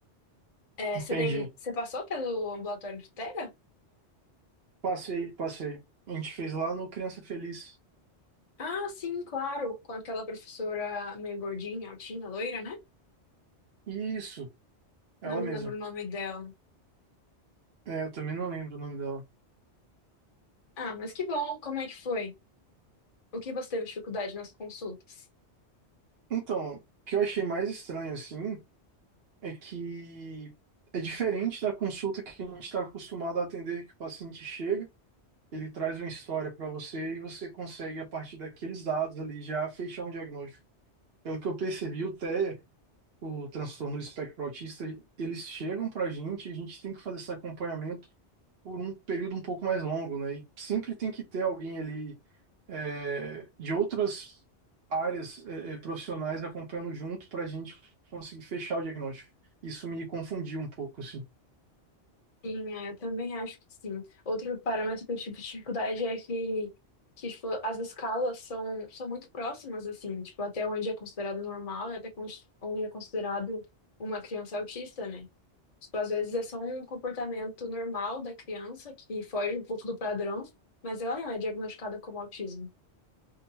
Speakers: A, on the left; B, on the right.
A: É,
B: Entendi.
A: você tem, você passou pelo ambulatório de Tega
B: Passei, passei. A gente fez lá no Criança Feliz.
A: Ah, sim, claro, com aquela professora meio gordinha, altinha, loira, né?
B: Isso, ela
A: Não me
B: mesma.
A: lembro o nome dela.
B: É, eu também não lembro o nome dela.
A: Ah, mas que bom, como é que foi? O que você teve dificuldade nas consultas?
B: Então, o que eu achei mais estranho, assim, é que é diferente da consulta que a gente está acostumado a atender, que o paciente chega, ele traz uma história para você e você consegue, a partir daqueles dados ali, já fechar um diagnóstico. Pelo que eu percebi, o TEA, o transtorno do espectro autista, eles chegam pra gente e a gente tem que fazer esse acompanhamento por um período um pouco mais longo, né? E sempre tem que ter alguém ali é, de outras áreas é, é, profissionais acompanhando junto pra gente conseguir fechar o diagnóstico. Isso me confundiu um pouco, assim.
A: Sim, é, eu também acho que sim. Outro parâmetro que eu tive dificuldade é que, que tipo, as escalas são, são muito próximas, assim, tipo, até onde é considerado normal e até cons- onde é considerado uma criança autista, né? Tipo, às vezes é só um comportamento normal da criança que foge um pouco do padrão, mas ela não é diagnosticada como autismo.